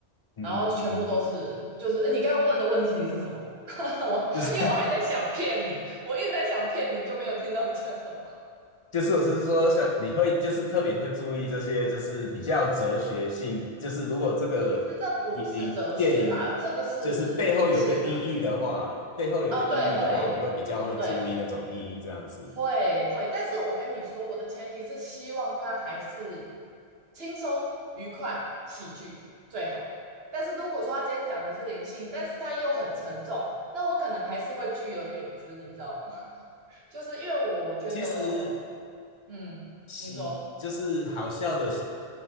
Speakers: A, on the left (about 45°); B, on the right (about 65°).
A: 嗯嗯嗯，
B: 然后全部都是，就是诶你刚刚问的问题是什么？<laughs> 我因为我还在想片名，
A: 就是
B: 我一直在想片名，就没有听到你讲什么。<laughs>
A: 就是我是说像你会就是特别会注意这些，就是比较哲学性，就是如果这个影影电影呃就是背后有个意义的话，
B: 其实这不是哲学啦，这个是灵性啦。
A: 背后有个意义的话，
B: 啊，哦对，会有，
A: 你会比较会注意那种意义这样子。
B: 对哦，会会，但是我跟你说，我的前提是希望他还是轻松、愉快、喜剧最好。但是如果说他今天讲的是灵性，但是他又很沉重，那我可能还是会拒而远之，你知道吗？<laughs> 就是因为我觉得
A: 其实
B: 嗯，
A: 喜就是好笑的喜，
B: 你说，